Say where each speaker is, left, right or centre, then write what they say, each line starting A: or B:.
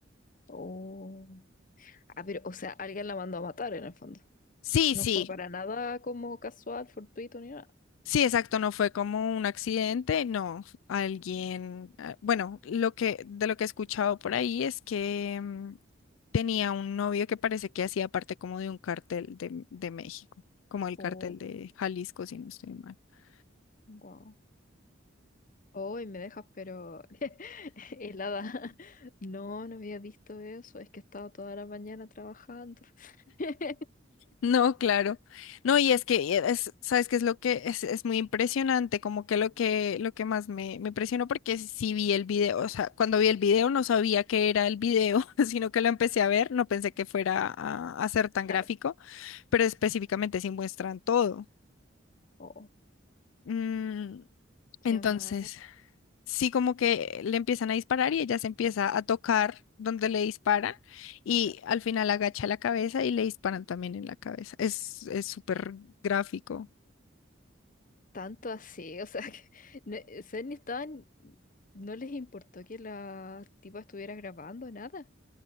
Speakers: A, on the left; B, on the left.
A: Oh. Ah, pero, o sea, alguien la mandó a matar en el fondo.
B: Sí,
A: No
B: sí.
A: fue para nada como casual, fortuito ni nada.
B: Sí, exacto, no fue como un accidente, no, alguien, ah, bueno, lo que de lo que he escuchado por ahí es que mm, tenía un novio que parece que hacía parte como de un cartel de, de México, como el
A: Oh,
B: cartel de Jalisco, si no estoy mal. <laughs>
A: wow. Oh, y me dejas, pero <laughs> helada. No, no había visto eso. Es que he estado toda la mañana trabajando. <laughs>
B: No, claro. No, y es que eh, es, ¿sabes qué es lo que es, es muy impresionante? Como que lo que lo que más me, me impresionó porque sí vi el video, o sea, cuando vi el video no sabía que era el video, <laughs> sino que lo empecé a ver, no pensé que fuera a a ser tan
A: Claro.
B: gráfico. pero específicamente sí muestran todo.
A: Oh.
B: Mm,
A: Qué
B: entonces,
A: mal,
B: sí como que le empiezan a disparar y ella se empieza a tocar donde le disparan y
A: claro.
B: al final agacha la cabeza y le disparan también en la cabeza. Es, es súper gráfico.
A: Tanto así, o sea, <laughs> que no, o sea, ni estaban, no les importó que la tipa estuviera grabando nada.